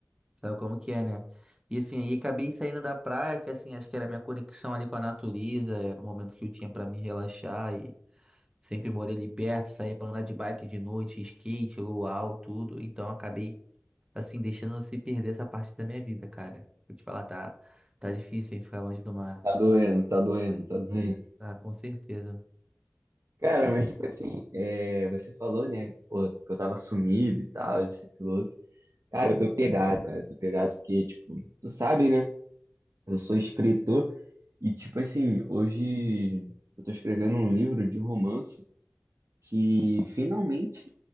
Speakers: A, on the right (about 20°); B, on the right (about 85°).
A: Sabe como que é, né? E assim, aí acabei saindo da praia, que assim, acho que era a minha conexão ali com a natureza, era o momento que eu tinha pra me relaxar e sempre morei ali perto, saía pra andar de bike de noite, skate, luau, tudo. Então acabei assim deixando se perder essa parte da minha vida, cara. Vou te falar, tá tá difícil hein, ficar longe do mar.
B: Tá doendo, tá doendo, tá doendo.
A: Tá, com certeza.
B: Cara, mas tipo assim, é, você falou, né, pô, que eu tava sumido e tal, isso, e aquilo outro. Cara, eu tô pegado, cara, eu tô pegado porque, tipo, tu sabe, né? Eu sou escritor e, tipo assim, hoje eu tô escrevendo um livro de romance que finalmente